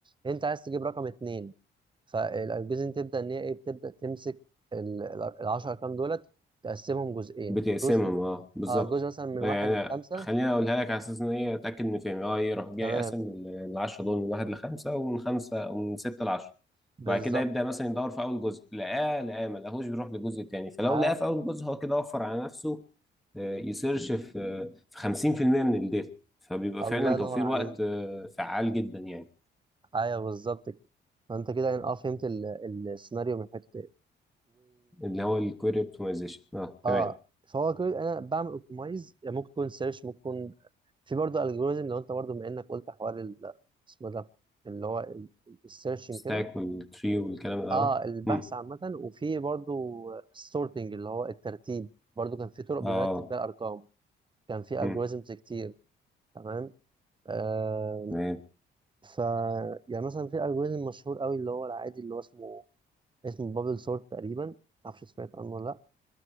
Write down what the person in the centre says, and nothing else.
بتقسمهم
اه بالظبط
يعني
خليني اقولها لك على اساس ان هي اتاكد من فهمي اه يروح جاي
قاسم ال- العشرة دول من واحد لخمسه ومن خمسه ومن سته لعشره
وبعد كده يبدا مثلا
يدور في اول جزء لقاه لقاه ما لقاهوش بيروح للجزء التاني فلو
لقاه في اول جزء هو كده وفر على نفسه آه، يسيرش في في 50% من الداتا فبيبقى
فعلا
توفير
وقت آه، فعال جدا يعني
آه،
اللي هو الكويري اوبتمايزيشن اه تمام
ستاك
والتري والكلام ده اه
مم.
اه
مم.
تمام